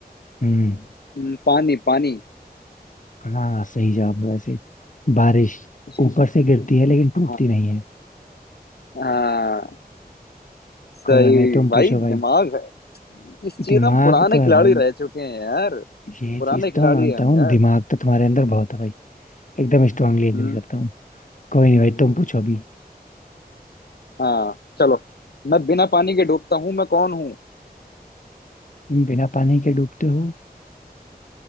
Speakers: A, on the left; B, on the left.
A: हम्म
B: हम्म, पानी पानी
A: हाँ सही जवाब है वैसे बारिश
B: <laughs>
A: ऊपर से गिरती है लेकिन टूटती
B: हाँ
A: नहीं है
B: हाँ सही
A: कोई बात नहीं तुम
B: भाई
A: पूछो
B: दिमाग
A: भाई
B: है इस चीज
A: दिमाग
B: हम पुराने
A: तो है
B: खिलाड़ी
A: भाई
B: रह चुके हैं यार
A: ये
B: पुराने
A: चीज
B: खिलाड़ी
A: तो मैं मानता
B: हैं हम
A: हूँ
B: यार
A: दिमाग तो तुम्हारे अंदर बहुत है भाई एकदम स्ट्रांगली एग्री
B: हम्म।
A: करता हूँ कोई नहीं भाई तुम पूछो अभी
B: हाँ चलो मैं बिना पानी के डूबता हूँ मैं कौन हूँ
A: तुम बिना पानी के डूबते हो